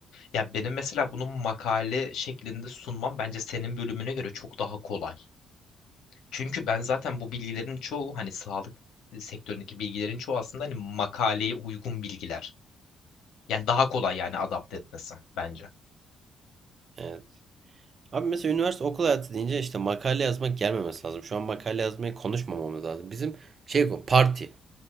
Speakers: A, on the left (about 80°); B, on the right (about 45°).
A: Ya benim mesela bunun makale şeklinde sunmam bence senin bölümüne göre çok daha kolay. Çünkü ben zaten bu bilgilerin çoğu hani sağlık sektöründeki bilgilerin çoğu aslında hani makaleye uygun bilgiler. Yani daha kolay yani adapte etmesi bence.
B: Evet. Abi mesela üniversite okul hayatı deyince işte makale yazmak gelmemesi lazım. Şu an makale yazmayı konuşmamamız lazım. Bizim şey bu parti,